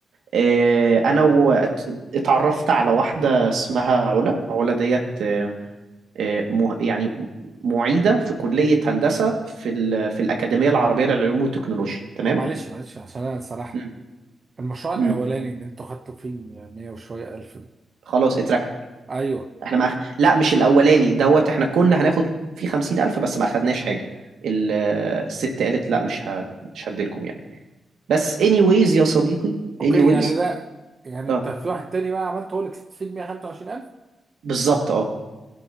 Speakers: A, on the right (about 80°); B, on the right (about 35°).
A: آه، انا و- ات- اتعرفت على واحدة اسمها علا علا ديت آه، آه، مه- يعني معيدة في كلية هندسة في ال- في الأكاديمية العربية للعلوم والتكنولوجيا تمام؟
B: طب معلش معلش عشان انا سرحت
A: مم.
B: المشروع الاولاني
A: مم.
B: ان انتوا خدتوا فيه ال 100 وشويه الف ده
A: خلاص اتركت
B: ايوه
A: احنا ما أخ... لا مش الاولاني دوت احنا كنا هناخد فيه خمسين الف بس ما اخدناش حاجه ال... آه، الست قالت لا مش هد... مش هديلكم يعني بس anyways يا صديقي
B: اوكي
A: anyways
B: يعني ده يعني
A: اه
B: انت في واحد تاني بقى عملت هو اللي كسبت فيه ال 125000
A: بالظبط اه